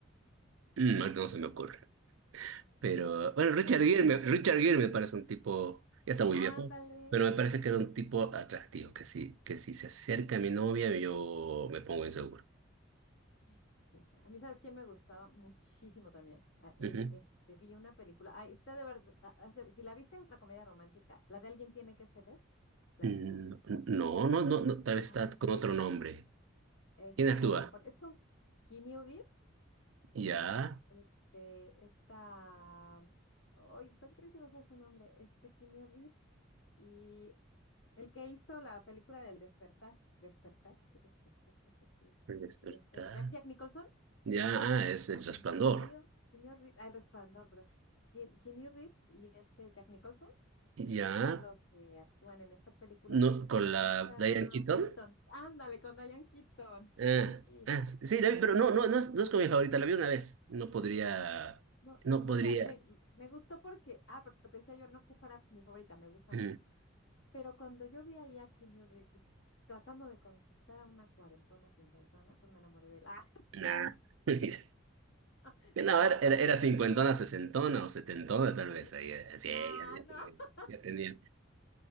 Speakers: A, on the right; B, on the left.
A: mm, ahorita no se me ocurre, pero, bueno,
B: que
A: Richard
B: sean más
A: Gere,
B: atractivos.
A: me- Richard Gere me parece un tipo, ya está muy viejo,
B: Ándale.
A: pero me parece que era un tipo atractivo, que sí, que si se acerca a mi novia, yo me pongo inseguro.
B: Sí. A mí, ¿sabes quién me gustaba muchísimo también? A- El,
A: Ujú.
B: este, vi una película. Ay, está de verdad. a- hace- Si la viste, es otra comedia romántica. La de Alguien tiene que ceder. ¿La
A: Mm,
B: viste?
A: No, no, no, no, tal vez
B: Ah,
A: está con otro nombre.
B: Este,
A: ¿Quién actúa?
B: sí, a lo mejor. Es con Keanu Reeves.
A: Ya,
B: Este, esta. Ay, esta actriz se me fue su nombre. Este, Keanu Reeves. y El que hizo la película del despertar, despertar, sí, despertar, creo que sí, este,
A: el despertar,
B: este Jack, Jack Nicholson,
A: ya, ah, es el resplandor,
B: Keanu, Keanu Reeves, ah, El Resplandor, perdón, Ke- Keanu Reeves y este Jack Nicholson
A: ya,
B: son los que actúan en esta película
A: No, con
B: con
A: la
B: esta
A: Diane Keaton.
B: Keaton, ándale, con Diane Keaton, sí,
A: Ah, ah, sí, la vi, pero no, no, no es, no es como mi favorita, la vi una vez. No podría,
B: no,
A: no
B: no,
A: podría.
B: o sea, me, me gustó porque, ah, pero te decía yo, no que fuera mi favorita, me gusta
A: mm,
B: mucho, pero cuando yo vi ahí a Keanu Reeves tratando de conquistar a una cuarentona, cincuentona, pues me enamoré de él, ah,
A: Nah, <laughs> mira.
B: <laughs>
A: Que
B: dije,
A: no, era, era,
B: ay,
A: era cincuentona, sesentona o setentona, tal vez.
B: ¿Sí?
A: Ahí, eh, sí,
B: No,
A: ya, ya
B: no.
A: tenía,
B: <laughs>
A: ya tenía.